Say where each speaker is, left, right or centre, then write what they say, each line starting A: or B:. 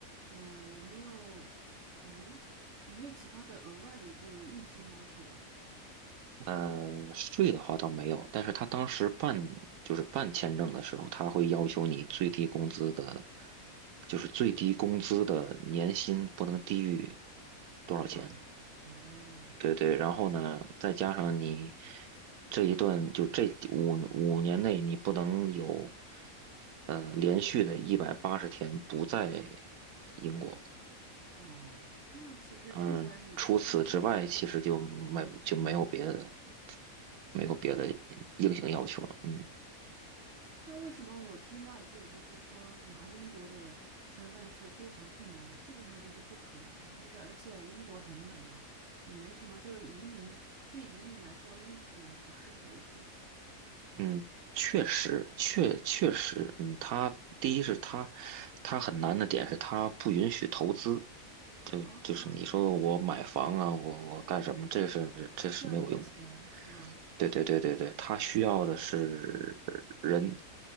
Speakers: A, on the right (about 55°); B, on the right (about 85°).
A: 呃有没有诶有没有其他的额外的就是硬性要求啊？
B: 嗯，税的话倒没有，但是他当时办就是办签证的时候，他会要求你最低工资的，就是最低工资的年薪不能低于多少钱。
A: 多少多少？哦，
B: 对对，
A: 这样
B: 然后呢，再加上你这一段，就这五五年内，你不能有呃连续的一百八十天不在英国。
A: 哦，那其实听起来也不是特别难。
B: 嗯，除此之外，其实就没就没有别的，没有别的硬性要求了。嗯
A: 那为什么我听外界就是说拿英国的身份是非常困难的，基本上就是不可能，就是而且英国很冷嘛，也没什么，就是移民对移民来说，英国不是首选。
B: 嗯，确实，确确实，嗯，他第一是他他很难的点是他不允许投资。就就是你说我买房啊，
A: 哦，
B: 我我干什么？这是这是没有用的。
A: 我不需要你的钱是吧？
B: 对对对对对，他需要的是人，